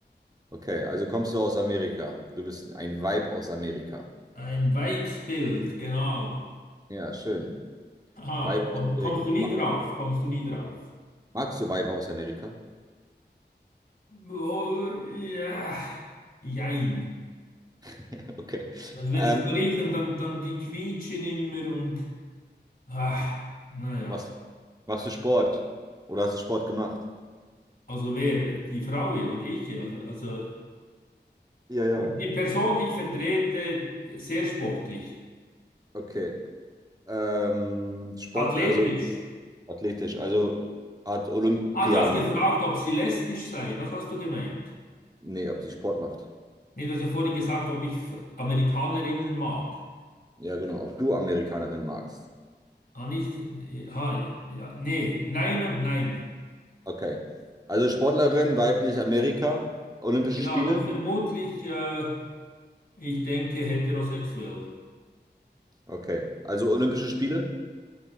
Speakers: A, on the right; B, on the left.
A: Okay, also kommst du aus Amerika. Du bist ein Weib aus Amerika.
B: Ein Weibsbild, genau.
A: Ja, schön.
B: Aha,
A: Weiber aus
B: komm,
A: Amerika.
B: kommst du nie
A: Ma
B: drauf? Kommst du nie drauf?
A: magst du Weiber aus Amerika?
B: Boah, ja, jein.
A: <laughs> Okay.
B: Also wenn
A: Ähm,
B: sie so riechen, dann, dann die quietschen immer und ah, naja.
A: machst, machst du Sport? Oder hast du Sport gemacht?
B: Also wer? Die Frau hier, also ich hier. Also, also
A: Ja, ja.
B: die, die Person, die ich vertrete, sehr sportlich,
A: Okay. Ähm, Sport,
B: athletisch.
A: also athletisch, also hat Olympia
B: Ah, du hast
A: mit.
B: gefragt, ob sie lesbisch sei. Das hast du gemeint.
A: Nee, ob sie Sport macht.
B: Nee, du hast ja vorhin gesagt, ob ich F- Amerikanerinnen mag.
A: Ja, genau. Ob du Amerikanerin magst.
B: Ah, nicht. äh, Ah, ja, nee. Nein und nein.
A: Okay. Also Sportlerin, weiblich, Amerika, Olympische
B: Genau.
A: Spiele.
B: Und vermutlich. Äh, Ich denke heterosexuell.
A: Okay. Also Olympische Spiele.